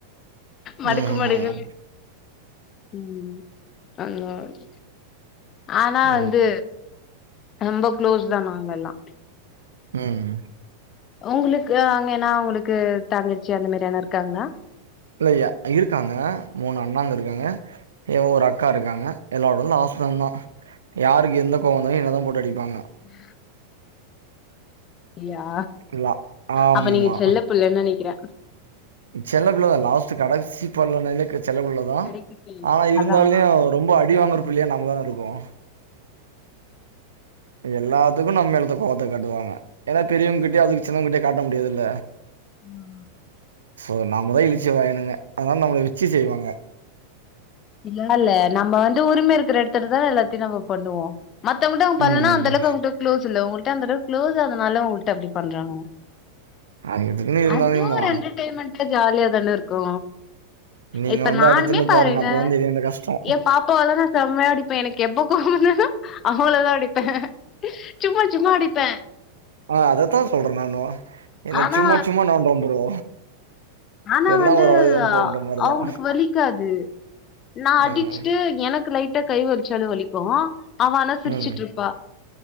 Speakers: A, on the left; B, on the right.
A: மடக்குமடகுனு
B: ம்ஹ்ம்.
A: உம் நல்லாரு ஆனா
B: ஓ.
A: வந்து ரொம்ப க்ளோஸ் தா நாங்கெல்லா
B: ம் ம்
A: உங்ளுக்கு அங்க ஏனா உங்ளுக்கு தங்கச்சி அந்த மாரி யார்னா இருக்காங்ளா
B: இல்லையா இருக்காங்க மூணு அண்ணாங்க இருக்காங்க ஏ ஒரு அக்கா இருக்காங்க எல்லாரோட லாஸ்ட் நாந்தா யாருக்கு எந்த கோவந்தாயு என்ன தா போட்டு அடிப்பாங்க
A: உம் யா
B: இல்ல ஆமா
A: அப்ப நீங்க செல்ல புள்ள என்ன நெனைக்கிற
B: செல்ல புள்ளதா லாஸ்ட்டு கடைசி பள்ளனாலே கெ செல்லபுள்ளதா
A: கடைக்குட்டி
B: ஆனா இருந்தாலியு
A: அதா
B: ரொம்ப அடி
A: ஆ
B: வாங்குற பிள்ளையா நங்கதா இருக்கோ எல்லாத்துக்கு நம்ம மேலதா கோவத்த காட்டுவாங்க ஏனா பெரியவங்க கிட்டயே அதுக்கு சின்னவங்கிட்டயே காட்ட முடியாதுல்ல
A: ஹா
B: சோ நாம தா இழுச்சி வாயினுங்க அதானால நம்மள வெச்சி செய்வாங்க
A: அப்டிலா இல்ல நம்ம வந்து உரிம இருக்கிற இடத்துல தான எல்லாத்தையும் நம்ம பண்ணுவோ மத்தவங்கிட்ட அவங் பண்ணலா
B: ம் ம்
A: அந்தளவு அவங்கிட்ட குளோஸ் இல்ல உங்களிட்ட அந்தளவுக்குளோஸ் அதனால உங்ககிட்ட அப்டி பண்றாங்க
B: அது எதுக்குன்னு இருந்தாலும்மா
A: அதுவு ஒரு என்டர்டெயின்மெண்டா ஜாலியா தான இருக்கு
B: நீங்க
A: இப்ப
B: வந்து
A: நானுமே
B: அடித்தின்னு
A: பாருங்க
B: அப்ப வந்து இது இந்த கஷ்டோ
A: ஏ பாப் அப்போவல்லா நா செம்மையா அடிப்பே எனக்கு எப்ப கோவோவந்ததோ அவளதா அடிப்பே சும்மா சும்மா அடிப்பே
B: ஆஹ் அதத்தா சொல்றே நானு என்ன
A: ஆனா
B: சும்மா சும்மா நோண்றா ப்ரோ
A: ஆனா
B: எல்லா
A: வந்து
B: ஒரு அளவுதா ப்ரோன்ற மாரிதா
A: அவங்களுக்கு வலி இருக்காது நா அடிச்சிட்டு
B: ம்
A: எனக்கு லைட்டா கை வலிச்சாலு வலிக்கு அவ ஆனா சிரிச்சுட்டுருப்பா
B: ம்